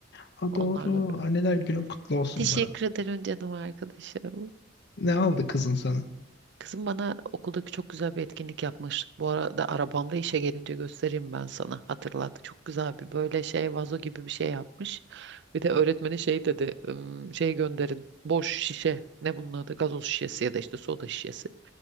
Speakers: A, on the left; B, on the right.
A: Ha
B: Onlarla
A: doğru.
B: bir.
A: Anneler günün kutlu olsun
B: Teşekkür
A: bu arada.
B: ederim canım arkadaşım.
A: Ne aldı kızın sana?
B: Kızım bana okuldaki çok güzel bir etkinlik yapmış. Bu arada arabamda işe gelince göstereyim ben sana. Hatırlat. Çok güzel bir böyle şey vazo gibi bir şey yapmış. Bir de öğretmeni şey dedi. "Im, Şey gönderin. Boş şişe. Ne bunun adı? Gazoz şişesi ya da işte soda şişesi.